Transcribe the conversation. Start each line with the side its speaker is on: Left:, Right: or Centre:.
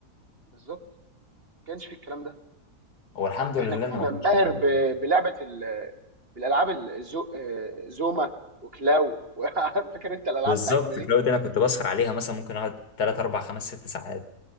Right: بالظبط ما كانش في الكلام ده
Left: هو الحمد لله
Right: احنا كنا
Left: إنه
Right: بننبهر
Left: ما كانش موجود
Right: ب- بلعبه ال- بالالعاب الزو آه، زوما وكلاو <laughs> فاكر انت الالعاب
Left: بالظبط
Right: بتاعتنا دي
Left: كلاود دي أنا كنت بسهر عليها مثلا ممكن أقعد تلات أربع خمس ست ساعات